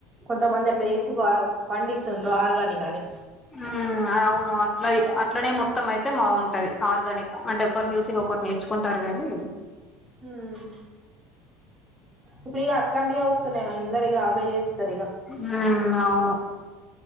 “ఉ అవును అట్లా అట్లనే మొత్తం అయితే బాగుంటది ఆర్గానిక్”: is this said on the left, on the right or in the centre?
Left